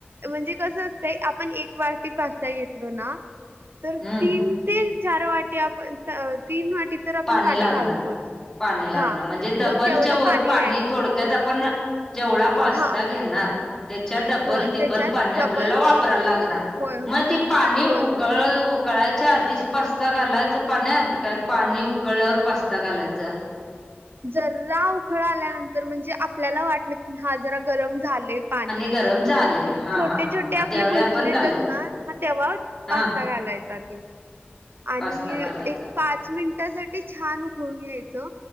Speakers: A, on the right; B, on the left.
A: म्हणजे कसं असतंय आपण एक वाटी पास्ता घेतलो ना. तर
B: हम्म
A: तीन ते चार वाटी आप त-तीन वाटी. तर आपण
B: पाणी लागणार,
A: घालतोच
B: पाणी लागणार
A: हा
B: म्हणजे डबलच्या
A: मग तेवढं
B: वर पाणी
A: घ्यायचं
B: थोड त्यात आपण जेवढा पास्ता
A: हा
B: घेणार त्याच्या डबल,
A: होय
B: टीब्बल
A: त्याच्यात
B: पाणी आपल्याला
A: डबल
B: वापरा लागणार.
A: होय होय
B: म ते पाणी
A: होय
B: उकळ
A: होय
B: ऊ कळायच्या आधीच पास्ता घालायचं पाण्यांत, काय पाणी उकळल्यावर पास्ता घालायचा.
A: जरा उकळ आल्यानंतर म्हणजे आपल्याला वाटलं की हा जरा गरम झालंय पाणी
B: गरम
A: असं
B: झालंय हा
A: छोटे,
B: हा हा
A: छोटे
B: मग
A: आपले
B: त्यावेळी
A: बुलबुल
B: आपण
A: येतात
B: घालायच
A: ना हा तेव्हा.
B: हा
A: पास्ता घालायचा त्यो. आणि
B: पास्ता घालायचा
A: एक पाच मिनटासाठी छान उकळून घ्यायचं.